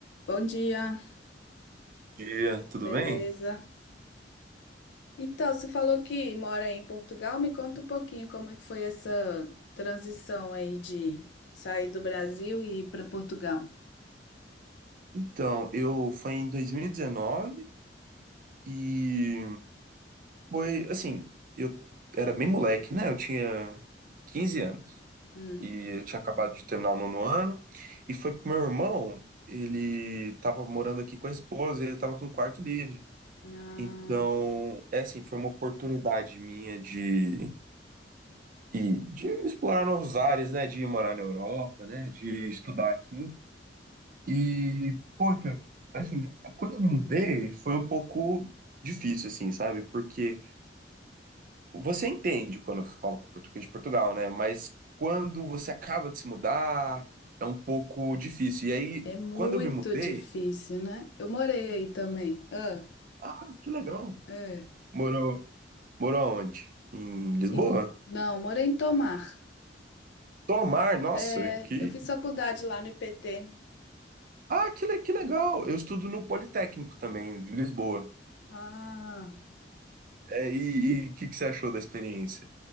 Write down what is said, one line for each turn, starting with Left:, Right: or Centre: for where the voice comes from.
Left: Bom dia,
Right: dia, tudo
Left: beleza?
Right: bem?
Left: Então, você falou que mora em Portugal, me conta um pouquinho como é que foi essa transição aí de sair do Brasil e ir para Portugal.
Right: Então, eu foi em dois mil e dezenove e foi assim, eu era bem moleque, né? Eu tinha 15 anos
Left: Hum,
Right: e eu tinha acabado de terminar o nono ano e foi pro meu irmão, ele tava morando aqui com a esposa, ele tava com o quarto livre.
Left: ah,
Right: Então, é assim, foi uma oportunidade minha de, e de explorar novos ares, né? De ir morar na Europa, né? De estudar aqui. E, poxa, assim, quando eu me mudei, foi um pouco difícil, assim, sabe? Porque você entende quando eu falo português de Portugal, né? Mas quando você acaba de se mudar, é um pouco difícil. E aí,
Left: é muito
Right: quando eu me mudei,
Left: difícil, né? Eu morei aí também. Ah,
Right: ah, que legal.
Left: é.
Right: Morou, morou onde? Em Lisboa?
Left: E- não, morei em Tomar.
Right: Tomar, nossa,
Left: É,
Right: que.
Left: eu fiz faculdade lá no IPT.
Right: Ah, que, le- que legal! Eu estudo no Politécnico também, de Lisboa.
Left: Ah,
Right: É, e o que, que você achou da experiência?